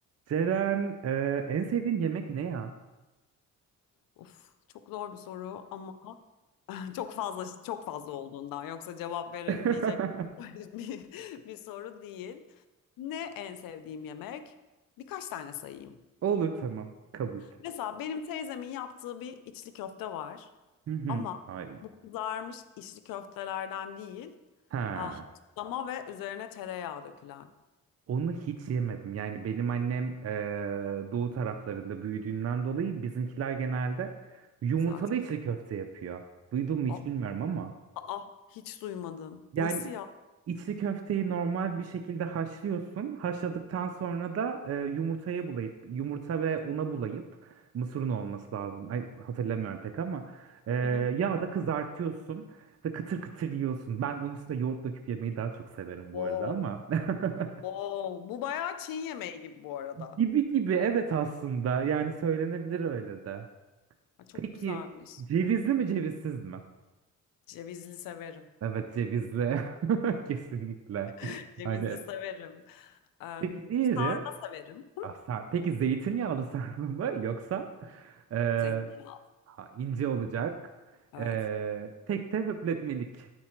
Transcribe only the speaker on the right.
Ceren, e, en sevdiğin yemek ne ya?
<laughs>
Olur tamam, kabul.
Hı hı,
Ay.
Ha.
Onu hiç yemedim. Yani benim annem e, doğu taraflarında büyüdüğünden dolayı bizimkiler genelde yumurtalı
içli köfte yapıyor. Duydun mu hiç
bilmiyorum ama.
Yani
içli köfteyi normal bir şekilde haşlıyorsun. Haşladıktan sonra da e, yumurtaya bulayıp, yumurta ve una bulayıp, mısırın olması lazım. Ay, hatırlamıyorum pek ama e,
yağda kızartıyorsun ve kıtır kıtır yiyorsun. Ben onun üstüne yoğurt döküp yemeyi daha çok severim
bu arada ama. <laughs>
Gibi gibi evet aslında yani söylenebilir öyle de.
Peki
cevizli mi cevizsiz mi?
Evet cevizli <laughs> kesinlikle.
Hani
peki diğeri?
Ah, sar- Peki zeytinyağlı <laughs> sarma mı yoksa eee,
ha, ince olacak
eee, tek de höpletmelik.